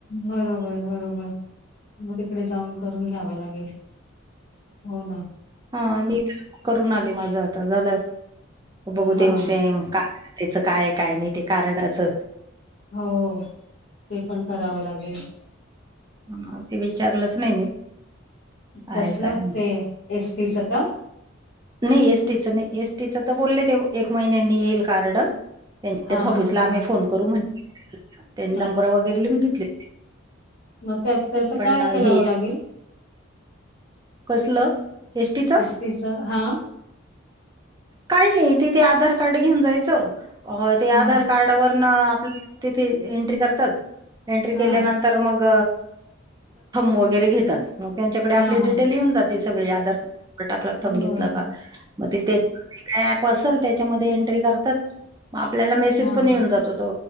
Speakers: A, on the left; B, on the right.
A: बरोबर बरोबर मग तिकडे जाऊन करून घ्यावा लागेल... हो ना...
B: हा मी करून आले माझ आता झाला बघू
A: हा
B: तेव ते काय? त्याचं काय काय नाही ते कारणाचं....
A: हो ते पण करावं लागेल...
B: हा ते विचारलंच नाही मी..... काय
A: कसला
B: काय नाही
A: ते एस टीच का...
B: नाही एसटीचं नाही एसटीचं तर बोलले ते एक महिन्यांनी येईल कार्ड... त्यांच्याच
A: हा
B: ऑफिसला
A: हा हा
B: आम्ही फोन करू म्हण त्यांनी नंबर
A: अच्छा
B: वगैरे लिहून घेतले....
A: मग त्याच त्याच
B: पण
A: काय करावं
B: हे
A: लागेल..
B: कसलं एस टीच...
A: तच हा...
B: काही नाही तिथ आधार कार्ड घेऊन जायचं ते आधारकार्ड...
A: हा
B: कार्ड व आपल्या तिथे एंट्री करतात एंट्री केल्यानंतर
A: हा
B: मग.. वगरे घेत त्यांच्याकडे
A: हा
B: आप डिटे
A: हा
B: जाते सग.. टाकला थांब
A: बरोबर
B: घेतला का मग ते त्यां.... का ऍप असेल त्याच्यामध्ये एंट्री करतात.... मग आपल्याला मेसेज
A: हा
B: पण येऊन जात होत